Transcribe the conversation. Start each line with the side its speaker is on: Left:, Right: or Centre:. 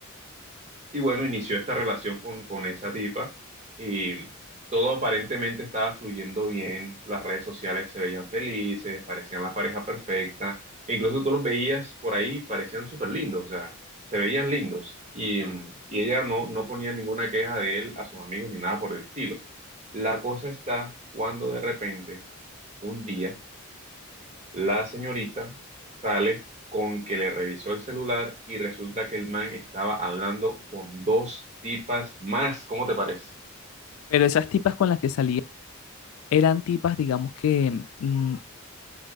Right: Y bueno, inició esta relación con, con esa tipa y todo aparentemente estaba fluyendo bien, las redes sociales se veían felices, parecían la pareja perfecta, e incluso tú los veías por ahí, parecían súper lindos, o sea, se veían lindos y, mm, y ella no, no ponía ninguna queja de él a sus amigos ni nada por el estilo. La cosa está cuando de repente, un día, la señorita sale con que le revisó el celular y resulta que el man estaba hablando con dos tipas más. ¿Cómo te parece?
Left: Pero esas tipas con las que salía eran tipas, digamos que mm,